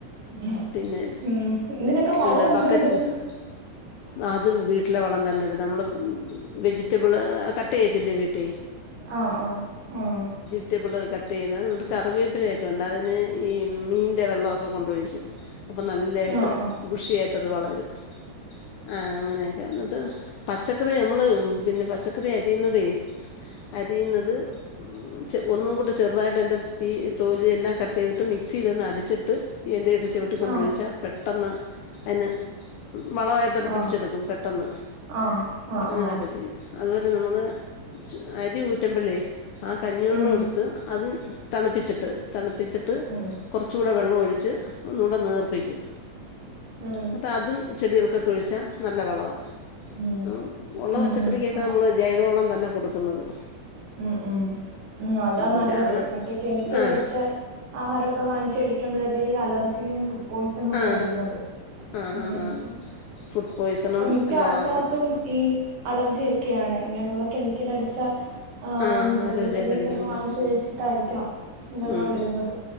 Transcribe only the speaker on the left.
പിന്നെ
എന്താ
ബക്കറ്റ്നത്ത്.
അത് വീട്ടിലെ വളം തന്നെ. നമ്മള് വെജിറ്റബിള് കട്ടെയ്യത്തില്ലേ വീട്ടിൽ
റ്റബിള് കട്ട് ചെയ്യുന്നത്. എന്നിട്ട് കറിവേപ്പിലൊക്കെ ഉണ്ട് അതിന് ഈ മീൻ്റെ വെള്ളമൊക്കെ കൊണ്ടൊഴിക്കും. അപ്പൊ നല്ലായിട്ട്
ബുഷിയായിട്ടത് വളരും. ആഹ് അങ്ങനെ. ഏഹ് ന്നട്ട് പച്ചക്കറി നമ്മള് പിന്നെ പച്ചക്കറി അരിയുന്നതേ അരിയുന്നത് ഉം ച്ചെ ഒന്നും കൂടെ ചെറുതായിട്ട് എൻ്റെ പീ തൊലി എല്ലാം കട്ടെയ്തിട്ട് മിക്സിൽ ഒന്ന് അടിച്ചിട്ട് ഇതേത് ച്ചൊട്ടിക്കൊണ്ടൊഴിച്ചാ
പെട്ടന്ന് അന് വളമായിട്ടത്
പിടിച്ചെടുക്കും. പെട്ടെന്ന്.
അങ്ങനെയൊക്കെ
ചെയ്യും. അതുപോലെ നമ്മള് അരി ഊറ്റ്മ്പോഴെ ആഹ് കഞ്ഞിവെള്ളം
എടുത്ത് അതും. തണുപ്പിച്ചിട്ട്. തണുപ്പിച്ചിട്ട്
കൊറച്ചൂടെ വെള്ളൊഴിച്ച് ഒ ടെ നേർപ്പിക്കും.
ന്നട്ടതും ചെടികൾകൊക്കെ ഒഴിച്ചാ നല്ല വളവാ.
നമ്മൾ ഉള്ള
പച്ചക്കറിക്കൊക്കെ
നമ്മള് ജൈവവളം തന്നെ കൊടുക്കുന്നത്.
എന്നിട്ട്
അങ്ങനെ
ആ
ആ
ആ
ആന്നാന്ന്
ഫുഡ് പോയ്സണും
എല്ലാം
ആവത്തില്ലേ
ആ
ആരോല്യ
കഴിക്കുന്നത്
ഉം